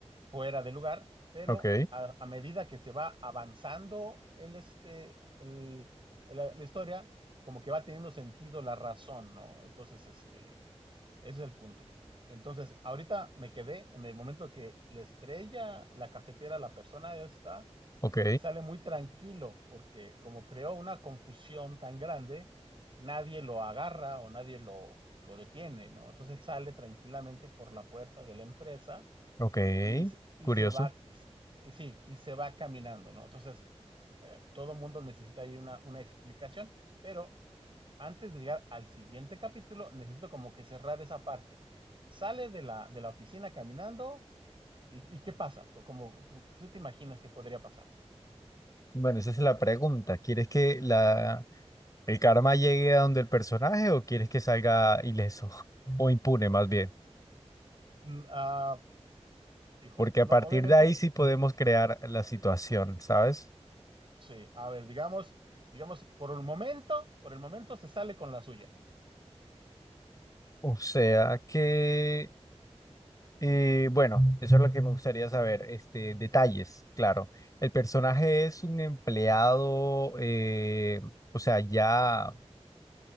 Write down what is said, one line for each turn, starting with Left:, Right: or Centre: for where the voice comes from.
Right: fuera de lugar, pero
Left: Ok,
Right: a, a medida que se va avanzando el, este, el, el- la historia, como que va teniendo sentido la razón, ¿no? Entonces, este, ese es el punto. Entonces, ahorita me quedé en el momento que le estrella la cafetera a la persona esta
Left: ok,
Right: y sale muy tranquilo porque como creó una confusión tan grande, nadie lo agarra o nadie lo, lo detiene, ¿no? Entonces él sale tranquilamente por la puerta de la empresa
Left: ok.
Right: y, y
Left: Curioso.
Right: se va, y sí, y se va caminando, ¿no? Entonces eh, todo mundo necesita ahí una, una explicación, pero antes de llegar al siguiente capítulo, necesito como que cerrar esa parte. Sale de la, de la oficina caminando. ¿Y, y qué pasa? Como, como- ¿qué te imaginas que podría pasar?
Left: Bueno, esa es la pregunta. ¿Quieres que la, el karma llegue a donde el personaje o quieres que salga ileso <laughs> o impune más bien?
Right: Mm, ah, Híjole,
Left: Porque a
Right: no,
Left: partir
Right: obviamente,
Left: de ahí sí podemos
Right: eh,
Left: crear la situación, ¿sabes?
Right: sí, a ver, digamos, digamos, por el momento, por el momento se sale con la suya.
Left: O sea que... Eh, bueno, eso es lo que me gustaría saber. Este, detalles, claro. El personaje es un empleado, eh, o sea, ya